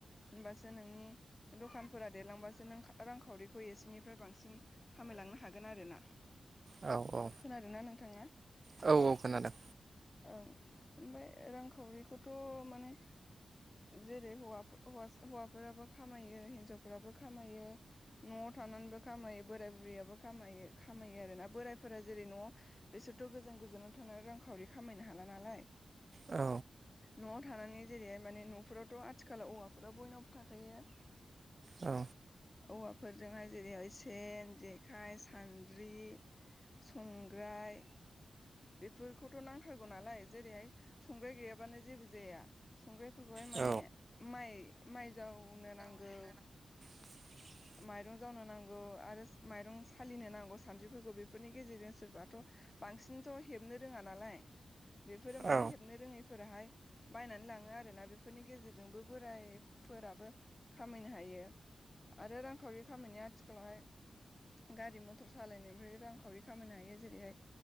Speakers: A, on the left; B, on the right.
A: होनबासो नोंनि दखानफोरा दलांबासो नों रांखावरिखौ एसेनिफ्राय बांसिन खामायलांनो हागोन आरोना
B: औ
A: खोनादों ना नोंथाङा?
B: औ औ खोनादों
A: ओं ओमफ्राय रांखावरिखौथ माने जेरै हौवाफो हैवा हौवाफोराबो खामायो हिन्जावफोराबो खामायो। नआव थानानैबो खामायो बोराइ बुरैयाबो खामायो खामायो आरोना बोरायफोरा जेरै नआव बिसोरथ गोजान गोजानाव थानानै रांखावरि खामायनो हाला नालाय।
B: औ
A: नआव थानानै जेरैह माने नफोरावथ आथिखालाव औवाफोराव बयनावबो थाखायो।
B: औ
A: औवाफोरजोंहाय जेरैहाय सेन जेखाइ सान साद्रि संग्राय बेफोरखौथ नांथारगौ नालाय जेरैहाय संग्राय गैयाब बानो जेबो जाया संग्रायफोरहाय
B: औ
A: माने माय माय जाव बुंनो नांगौ
B: <inaudible>
A: माइरं जावनो नांगौ आरो माइरं सालिनो नांगौ सानज्रिफोरखौ बेफोरनि गेजेरजों सोरबाथ बांसिनथ हेबनो रोङा नालाय बेफोरो
B: औ
A: माने हेबनो रोङैफोराहाय बायनानै लाङो आरोना बेफोरनि गेजेरजोंबो बोराइफोराबो खामायनो हायो। आरो रांखावरि खामानिया आथिखालावहाय गारि मथर सालायनायनिफ्राय रांखावरि खामायनो हायो जेरैहाय